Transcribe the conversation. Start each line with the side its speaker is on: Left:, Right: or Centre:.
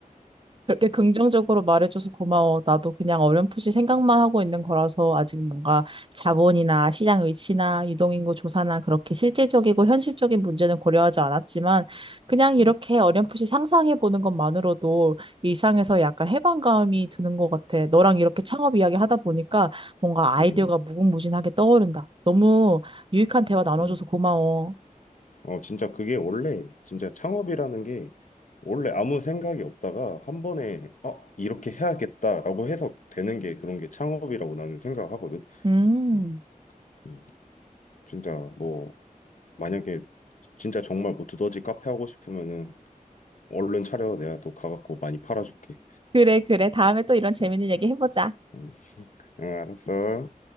Right: 그렇게 긍정적으로 말해줘서 고마워. 나도 그냥 어렴풋이 생각만 하고 있는 거라서 아직 뭔가 자본이나 시장 위치나 유동인구 조사나 그렇게 실질적이고 현실적인 문제는 고려하지 않았지만 그냥 이렇게
Left: 음,
Right: 어렴풋이 상상해 보는 것만으로도 일상에서 약간 해방감이 드는 것 같아. 너랑 이렇게 창업 이야기 하다 보니까 뭔가 아이디어가
Left: 음,
Right: 무궁무진하게 떠오른다. 너무 유익한 대화 나눠줘서
Left: 음.
Right: 고마워.
Left: 어, 진짜 그게 원래, 진짜 창업이라는 게 원래 아무 생각이 없다가 한 번에, 어, 이렇게 해야겠다라고 해서 되는 게 그런 게 창업이라고 나는 생각하거든.
Right: 음.
Left: 음, 음, 진짜 뭐, 만약에 진짜 정말 뭐 두더지 카페 하고 싶으면은 얼른 차려. 내가 또 가갖고 많이 팔아줄게.
Right: 그래, 그래. 다음에 또 이런 재밌는
Left: 음,
Right: 얘기 해보자.
Left: 음, 응, 응, 알았어.